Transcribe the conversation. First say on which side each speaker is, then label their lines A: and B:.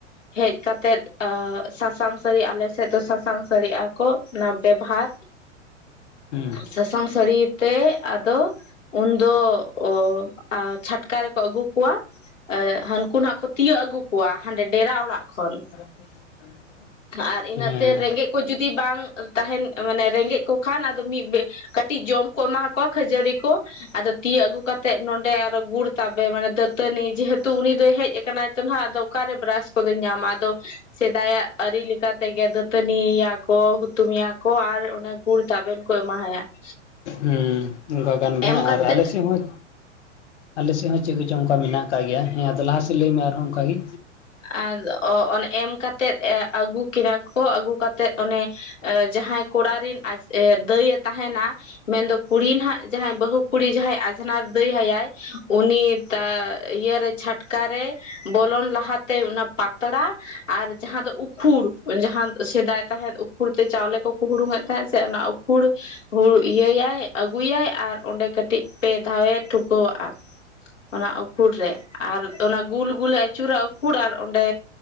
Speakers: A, on the left; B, on the left.
A: ᱦᱮᱡ ᱠᱟᱛᱮᱜ ᱟ ᱥᱟᱥᱟᱝ ᱥᱟᱹᱨᱤ ᱟᱞᱮ ᱥᱮᱫ ᱫᱚ ᱥᱟᱥᱟᱝ ᱥᱟᱹᱨᱤᱜᱼᱟ ᱠᱚ ᱚᱱᱟ ᱯᱮᱵᱷᱟᱨ
B: ᱦᱩᱸ
A: ᱥᱟᱥᱟᱝ ᱥᱟᱹᱲᱤ ᱛᱮ ᱟᱫᱚ ᱩᱱᱫᱚ, ᱚ ᱟᱨ ᱪᱷᱟᱴᱠᱟ ᱨᱮᱠᱚ ᱟᱹᱜᱩ ᱠᱚᱣᱟ ᱦᱟᱹᱱᱠᱩ ᱱᱟᱦᱜ ᱠᱚ ᱛᱤᱭᱳᱟᱹᱜ ᱟᱹᱜᱩ ᱠᱩᱣᱟ ᱦᱟᱸᱰᱮ ᱰᱮᱨᱟ ᱚᱲᱟᱜ ᱠᱷᱚᱱ᱾
B: <inaudible>
A: ᱟᱨ ᱤᱱᱟᱹᱜ
B: ᱦᱮᱸ
A: ᱛᱮ ᱨᱮᱸᱜᱮᱡ ᱠᱚ ᱡᱩᱫᱤ ᱵᱟᱝ ᱛᱟᱦᱮᱱ ᱢᱟᱱᱮ ᱨᱮᱸᱜᱮᱡ ᱠᱚ ᱠᱷᱟᱱ ᱟᱫᱚ ᱢᱤᱫ ᱠᱟᱹᱴᱤᱡ ᱡᱚᱢ ᱠᱚ ᱮᱢᱟ ᱠᱚᱣᱟ ᱠᱷᱟᱹᱡᱟᱹᱲᱤ ᱠᱚ᱾ ᱟᱫᱚ ᱛᱤ ᱟᱹᱜᱩ ᱠᱟᱛᱮᱜ ᱱᱚᱰᱮ ᱟᱨᱚ ᱜᱩᱲ ᱛᱟᱵᱮ ᱢᱟᱱᱮ ᱫᱟᱹᱛ ᱫᱟᱹᱛᱟᱹᱱᱤ ᱡᱮᱦᱮᱛᱩ ᱩᱱᱤ ᱫᱚᱭ ᱦᱮᱡ ᱠᱟᱱᱟᱭ ᱛᱚ ᱦᱟᱜ ᱟᱫᱚ ᱚᱠᱟᱨᱮ ᱵᱨᱟᱥ ᱠᱚᱫᱚᱭ ᱧᱟᱢᱟ ᱟᱫᱚ ᱥᱮᱫᱟᱭᱟᱜ ᱟᱹᱨᱤ ᱞᱮᱠᱟᱛᱮᱜᱮ ᱫᱟᱹᱛᱟᱹᱱᱤᱭᱤᱭᱟ ᱠᱚ, ᱦᱩᱛᱩᱢ ᱭᱟᱠᱚ, ᱟᱨ ᱚᱱᱮ ᱜᱩᱲ ᱛᱟᱵᱮᱱ ᱠᱚ ᱮᱢᱟᱦᱟᱭᱟ᱾ <inaudible>
B: ᱦᱮᱸ ᱚᱱᱠᱟ ᱠᱟᱱ
A: ᱮᱢ
B: ᱜᱮᱭᱟ
A: ᱠᱟᱛᱮᱜ
B: ᱟᱨ ᱟᱞᱮ ᱥᱮᱫ ᱦᱚᱸ ᱟᱞᱮᱥᱮᱫ ᱦᱚᱸ ᱪᱮᱫ ᱠᱚᱪᱚᱝ ᱚᱱᱠᱟ ᱢᱮᱱᱟᱜ ᱟᱠᱟᱟᱜ ᱜᱮᱭᱟ ᱦᱮᱸ ᱟᱫᱚ ᱞᱟᱦᱟᱮᱫ ᱞᱟᱹᱭᱢᱮ ᱟᱨᱦᱚᱸ ᱚᱱᱠᱟᱜ ᱜᱮ᱾
A: ᱟᱨ ᱚᱱ ᱮᱢ ᱠᱟᱛᱮᱫ ᱟᱹᱜᱩ ᱠᱤᱱᱟ ᱠᱚ ᱟᱹᱜᱩ ᱠᱟᱛᱮᱫ ᱚᱱᱮ ᱡᱟᱦᱟᱸᱭ ᱠᱚᱲᱟ ᱨᱮᱱ ᱟᱡ ᱫᱟᱹᱭᱮ ᱛᱟᱦᱮᱱᱟ ᱢᱮᱱᱫᱚ ᱠᱩᱲᱤ ᱱᱟᱦᱟᱜ ᱡᱟᱦᱟᱸᱭ ᱵᱟᱹᱦᱩ ᱠᱩᱲᱤ ᱡᱟᱦᱟᱸᱭ ᱟᱡᱽᱷᱱᱟᱨ ᱫᱟᱹᱭ ᱟᱭᱟᱭ ᱩᱱᱤ ᱤᱭᱟᱹᱨᱮ ᱪᱷᱟᱴᱠᱟ ᱨᱮ ᱵᱚᱞᱚᱱ ᱞᱟᱦᱟᱛᱮ ᱚᱱᱟ ᱯᱟᱛᱲᱟ ᱟᱨ ᱡᱟᱦᱟᱸ ᱫᱚ ᱩᱫ ᱠᱷᱩᱲ ᱡᱟᱦᱟᱸ ᱥᱮᱫᱟᱭ ᱛᱟᱦᱮᱸᱫ ᱩᱠᱷᱩᱲ ᱛᱮ ᱪᱟᱣᱞᱮ ᱠᱚ ᱠᱚ ᱦᱩᱲᱩᱝᱮᱫ ᱛᱟᱦᱮᱸᱫ ᱥᱮ ᱚᱱᱟ ᱩᱠᱷᱩᱲ ᱦᱩᱲᱩ ᱤᱭᱟᱹᱭᱟᱭ ᱟᱹᱜᱩᱭᱟᱭ ᱟᱨ ᱚᱸᱰᱮ ᱠᱟᱹᱴᱤᱡ ᱯᱮ ᱫᱷᱟᱣᱮ ᱴᱷᱩᱠᱟᱹᱣᱟᱜᱼᱟ᱾ ᱚᱱᱟ ᱩᱠᱷᱩᱲ ᱨᱮ ᱟᱨ ᱚᱱᱟ ᱜᱩᱞ ᱜᱩᱞᱮ ᱟᱹᱪᱩᱨᱟ ᱩᱠᱩᱲ ᱟᱨ ᱚᱸᱰᱮ